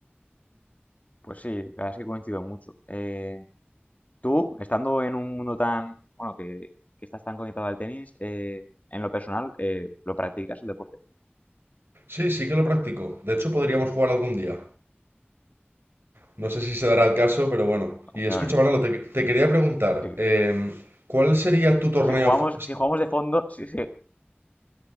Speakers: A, on the left; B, on the right.
A: Pues sí, la verdad es que coincido mucho. Eh, tú, estando en un mundo tan, bueno, que, que estás tan conectado al tenis, eh, en lo personal, eh, ¿lo practicas el deporte?
B: Sí, sí que lo practico. De hecho, podríamos jugar algún día. No sé si se dará el caso, pero bueno. Y escucha,
A: Bueno,
B: Manolo, te, te quería preguntar,
A: yo-
B: em, ¿cuál sería tu torneo
A: si jugamos,
B: fa-
A: si jugamos de fondo, si- si-